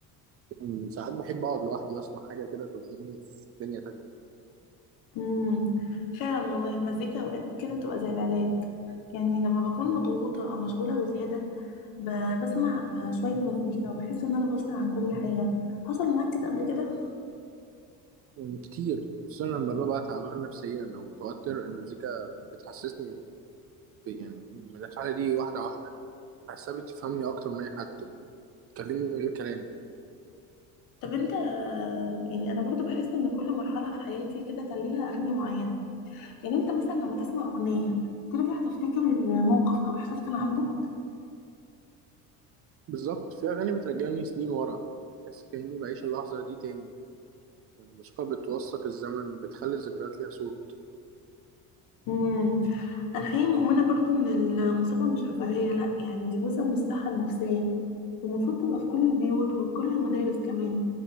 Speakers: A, on the right (about 40°); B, on the left (about 60°).
A: م، ساعات بحب أقعد لوحدي وأسمع حاجة كده توديني في دنيا تانية
B: امم فعلا والله المزيكا اوقات كده بتبقى زي العلاج يعني لما بكون مضغوطة او مشغولة بزيادة ب- بسمع شوية مزيكا وبحس ان انا بفصل عن كل حاجة حصل معاك كده قبل كده
A: يعني كتير خصوصا لما ببقى تعبان نفسيا او متوتر المزيكا بتحسسني ب- يعني من الحاله دي واحده واحده بحسها بتفهمني اكتر من اي حد بتكلمني من غير كلام
B: طب انت يعني انا برضو بحس ان كل مرحلة في حياتي كده كان ليها اغاني معينة يعني انت مثلا لما تسمع اغنيه ترجع تفتكر موقف او احساس كان عندك
A: بالظبط في اغاني بترجعني سنين ورا بحس كاني بعيش اللحظه دي تاني الموسيقى بتوثق الزمن وبتخلي الذكريات ليها صوت
B: امم انا حقيقه مؤمنه برضو ان الموسيقى مش رفاهيه لا يعني دي جزء من الصحه النفسيه والمفروض تبقى في كل البيوت وفي كل المدارس كمان